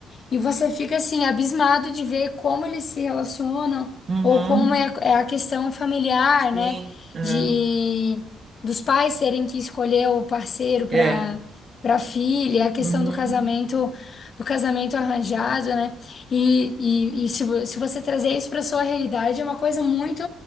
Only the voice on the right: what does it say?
uhum,
sim,
aham,
é,
uhum,